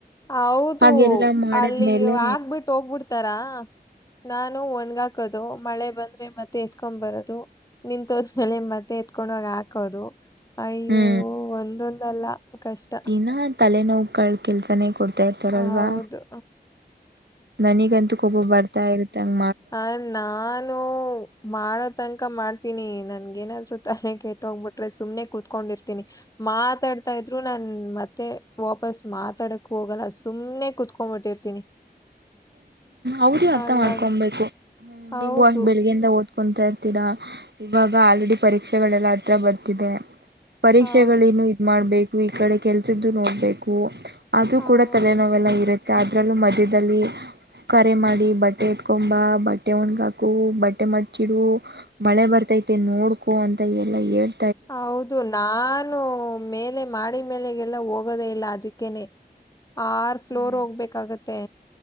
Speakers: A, on the left; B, on the right.
A: ಹೌದು
B: ಹಾಗೆಲ್ಲಾ ಮಾಡದ್ಮೇಲೆ
A: ಅಲ್ಲಿ ಆಗ್ಬಿಟ್ಟ್ ಹೋಗ್ಬಿಡ್ತಾರ ನಾನು ಒನ್ಗ್ ಕದು ಮಳೆ ಬಂದ್ರೆ ಮತ್ತೆ ಎತ್ಕೊ್ ಬರದು. ನಿಂತೋದ್ಮೆಲೆ ಮತ್ತೆ ಕೊಂಡಾಗ್ ಹಾಕೋದು. ಅಯ್ಯೋ
B: ಹ್ಮ್
A: ಒಂದೊಂದಲ್ಲ ಕಷ್ಟ.
B: ದಿನಾ ತಲೆನೋವುಗಳ ಕೆಲ್ಸನೇ ಕೊಡ್ತ ತ್ತ ತರಲ್ವಾ
A: ಹೌದು
B: ನನಗಂತೂ ಕೊಪ ಬರ್ತಾ ಇರ್ತ್ತಂಗ
A: ಹ ನಾನು ಮಾಡದ ತನಕ ಮಾಡ್ತೀನಿ ನನ್ಗೆ ಏನಾದ್ರೂ ತಾಕತ್ತು ಬಿಡುತ್ತೆ ಸುಮ್ನೆ ಕುೂತ್ಕೊಂಡಿರ್ತೀನಿ ಮಾತಾಡ್ತಾ ಇದ್ರು ನಾ ಮತ್ತೆ ವಾಪಸ್ ಮಾತಾಡಕ್ ಹೋಗಲ್ಲ ಸುಮ್ನೆ ಕುೂತ್ಕೊಂಡ್ಬಿಟ್ಟಿರ್ತೀನಿ.
B: ಅವ್ರ ಅರ್ಥ
A: ಹಂಗಾಗ
B: ಮಾಡ್ಕೊಂಬು ಹ್ಮ
A: ಹೌದು
B: ನೀವು ಬೆಳಿಗ್ಗೆಿಂದ ಹಓದ್ ಕುಂತಾ ಇರ್ತೀರಾ ಇವಾಗ ಆಲ್ರೆಡಿ ಪರೀಕ್ಷೆಗಳೆಲ್ಲಾ ಹತ್ರ ಬರ್ತಿದೆ. ಪರೀಕ್ಷೆಗಳೇನು
A: ಹೌದು
B: ಇದ್ ಮಾಡ್ಬೇಕು ಈ ಕಡೆ ಕೆಲ್ಸದ್ದು ನೋಡ್ಬೇಕು. ಅದು
A: ಹೌದು
B: ಕೂಡ ತಲೆನೋವೆಲ್ಲ ಇರುತ್ತೆ. ಮತ್ತ್ ಅದರಲ್ಲೂ ಮಧ್ಯದಲ್ಲಿ. ಕರೆ ಮಾಡಿ ಬಟ್ಟೆ ಎತ್ಕೊಂಬ ಬಟ್ಟೆ ಒಣಗಾಕು ಬಟ್ಟೆ ಮಟ್ಚಿಡು ಮಳೆ ಬರ್ತೈತೆ ನೋಡ್ಕೊ ಅಂತ ಎಲ್ಲಾ ಹೇಳ್
A: ಹೌದು ನಾನು ಮೇಲೆ ಮಾಡಿ ಮೇಲೆಗೆಲ್ಲ ಹೋಗ್ ಹೋಗೋದೇ ಇಲ್ಲ ಅದಕ್ಕೇನೆ. ಆರ್ ಫ್ಲೋರ್
B: ಹ್ಮ್
A: ಹೋಗ್ಬೇಕಾಗತ್ತೆ